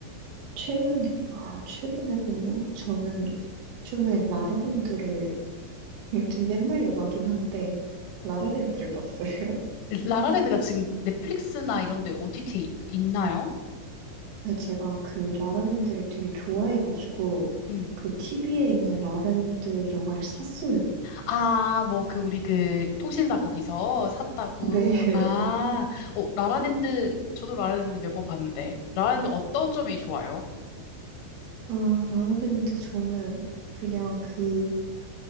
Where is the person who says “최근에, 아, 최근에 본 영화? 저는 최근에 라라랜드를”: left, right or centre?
Right